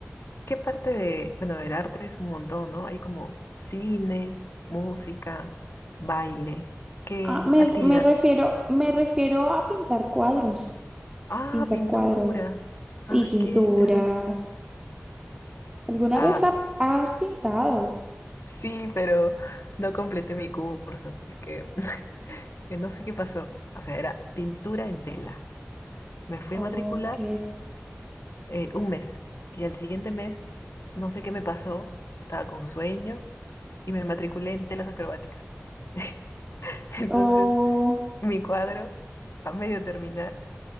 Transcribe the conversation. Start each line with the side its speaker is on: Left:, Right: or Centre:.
Left: ¿Qué parte de, bueno, del arte es un montón, ¿no? Hay como cine, música, baile. ¿Qué
Right: Ah, me,
Left: actividad?
Right: me refiero, me refiero a pintar cuadros,
Left: Ah,
Right: pintar
Left: pintura.
Right: cuadros. Sí,
Left: Ay,
Right: pinturas.
Left: qué interesante.
Right: ¿Alguna
Left: Ah,
Right: vez ha- has pintado?
Left: sí, pero no completé mi curso. Es que <laughs> no sé qué pasó. O sea, era pintura en tela. Me fui
Right: Ok.
Left: a matricular eh, un mes y al siguiente mes no sé qué me pasó. Estaba con sueño y me matriculé en telas acrobáticas. <laughs> Entonces,
Right: O
Left: mi cuadro a medio terminar